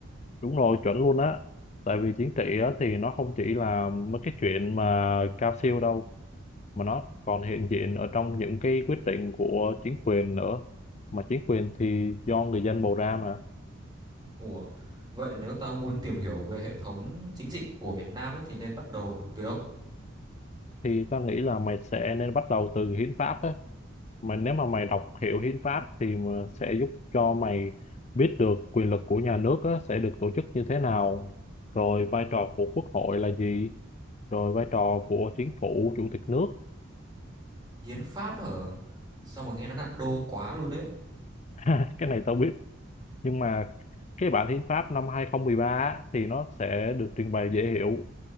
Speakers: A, on the left; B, on the right.
A: đúng rồi chuẩn luôn á tại vì chính trị á, thì nó không chỉ là mấy cái chuyện mà cao siêu đâu mà nó còn hiện diện ở trong những cái quyết định của chính quyền nữa mà chính quyền thì do người dân bầu ra mà
B: Ủa, vậy nếu tao muốn tìm hiểu về hệ thống chính trị của Việt Nam ấy thì nên bắt đầu từ đâu?
A: thì ta nghĩ là mày sẽ nên bắt đầu từ hiến pháp á mà nếu mà mày đọc hiểu hiến pháp thì mà sẽ giúp cho mày biết được quyền lực của nhà nước á, sẽ được tổ chức như thế nào rồi vai trò của quốc hội là gì rồi vai trò của chính phủ chủ tịch nước
B: Hiến pháp hả? Sao mà nghe nó nặng đô quá luôn ấy.
A: <laughs> cái này tao biết nhưng mà cái bản hiến pháp năm 2013 á, thì nó sẽ được trình bày dễ hiểu